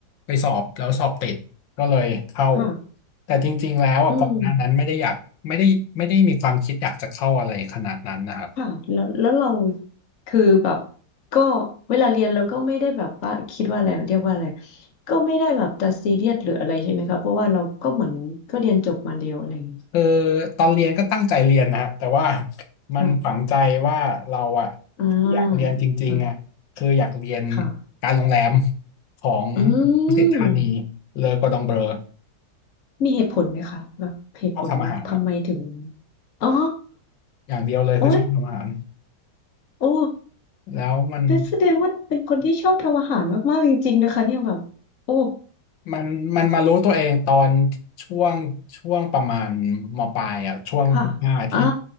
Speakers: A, on the left; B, on the left.
A: ไปสอบแล้วสอบติดก็เลยเข้า
B: ค่ะ
A: แต่จริงๆแล้วอ่ะก่อนหน้านั้นไม่ได้อยากไม่ได้ไม่ได้มีความคิดอยากจะเข้าอะไรขนาดนั้นนะครับ
B: อืมค่ะแล้วแล้วเราคือแบบก็เวลาเรียนเราก็ไม่ได้แบบว่าคิดว่าอะไรเรียกว่าอะไรก็ไม่ได้แบบจะซีเรียสหรืออะไรใช่ไหมคะเพราะว่าเราก็เหมือนก็เรียนจบมาแล้วอะไรอย่างเงี้ย
A: คือตอนเรียนก็ตั้งใจเรียนนะครับแต่ว่ามันฝังใจว่าเราอ่ะที่อยากเรียนจริงๆอ่ะคืออยากเรียน
B: ค่ะ อ่าค่ะค่ะ
A: การโรงแรมของ
B: อื
A: ดุสิตธานี
B: ม
A: เลอกอร์ดองเบลอ
B: มีเหตุผลไหมคะแบบเหตุผลว่าทำไมถึง
A: ชอบทำอาหารครับ
B: อ๋อ
A: อย่างเดียวเลยคือชอบทำอาหาร
B: โอ๊ยโอ้
A: แล้วมัน
B: เป็นแสดงว่าเป็นคนที่ชอบทำอาหารมากๆจริงๆนะคะเนี่ยแบบโอ้
A: มันมันมารู้ตัวเองตอนช่วงช่วงประมาณมปลายอ่ะช่วงมห้าที่
B: ค่ะอ่า